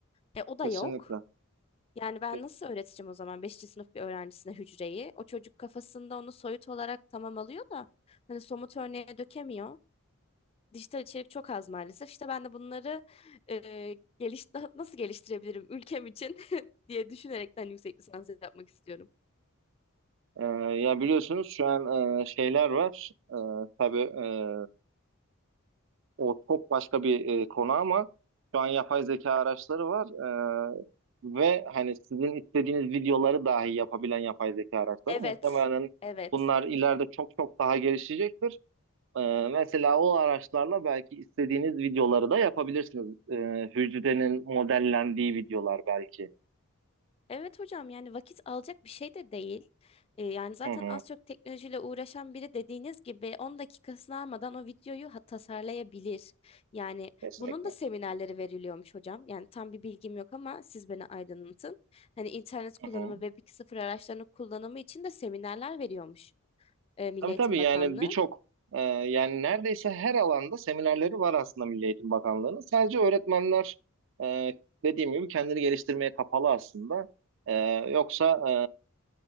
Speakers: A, on the left; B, on the right.
A: E, o da
B: Kesinlikle.
A: yok. Yani ben
B: Kesin.
A: nasıl öğreteceğim o zaman beşinci sınıf bir öğrencisine hücreyi? O çocuk kafasında onu soyut olarak tamam alıyor da hani somut örneğe dökemiyor dijital içerik çok az maalesef. İşte ben de bunları e, geliş nasıl geliştirebilirim ülkem için <laughs> diye düşünerekten yüksek lisans yapmak istiyorum.
B: Ee, ya biliyorsunuz şu an ee, şeyler var. Ee, tabii ee, O çok başka bir e, konu ama şu an yapay zeka araçları var e, ve hani sizin istediğiniz videoları dahi yapabilen yapay zeka araçları
A: Evet,
B: muhtemelen
A: evet.
B: bunlar ileride çok çok daha gelişecektir. E, mesela o araçlarla belki istediğiniz videoları da yapabilirsiniz. E, hücrenin modellendiği videolar belki.
A: Evet hocam yani vakit alacak bir şey de değil. Ee, yani zaten
B: Hı hı,
A: az çok teknolojiyle uğraşan biri dediğiniz gibi 10 dakikasını almadan o videoyu ha- tasarlayabilir. Yani
B: kesinlikle.
A: bunun da seminerleri veriliyormuş hocam. Yani tam bir bilgim yok ama siz beni aydınlatın. Hani internet kullanımı,
B: Hı hı.
A: Web 2.0 araçlarının kullanımı için de seminerler veriyormuş e, Milli
B: Tabii
A: Eğitim
B: tabii
A: Bakanlığı.
B: yani birçok e, yani neredeyse her alanda seminerleri var aslında Milli Eğitim Bakanlığı'nın. Sadece öğretmenler e, dediğim gibi kendini geliştirmeye kapalı aslında. E, yoksa e,